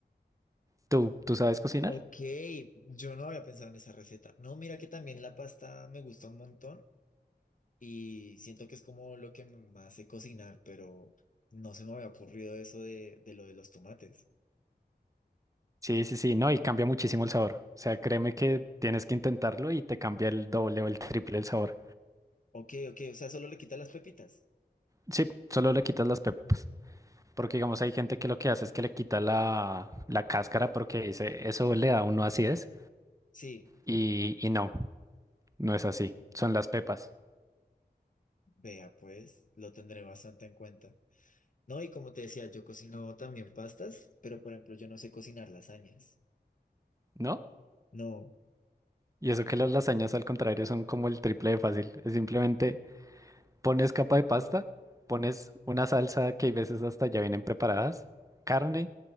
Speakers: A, on the right; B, on the left.
A: ¿Tú, tú sabes cocinar?
B: Ok, yo no había pensado en esa receta. No, mira que también la pasta me gusta un montón y siento que es como lo que me hace cocinar, pero no se me había ocurrido eso de, de lo de los tomates.
A: Sí, sí, sí, no, y cambia muchísimo el sabor. O sea, créeme que tienes que intentarlo y te cambia el doble o el triple el sabor.
B: Ok, ok, o sea, solo le quita las pepitas.
A: Sí, solo le quitas las pepas. Porque digamos, hay gente que lo que hace es que le quita la, la cáscara porque dice, eso le da a uno acidez.
B: Sí.
A: Y, y no, no es así. Son las pepas.
B: Vea, pues, lo tendré bastante en cuenta. No, y como te decía, yo cocino también pastas, pero por ejemplo, yo no sé cocinar lasañas.
A: ¿no?
B: No,
A: Y eso que las lasañas al contrario son como el triple de fácil. Es simplemente pones capa de pasta, pones una salsa que hay veces hasta ya vienen preparadas, carne,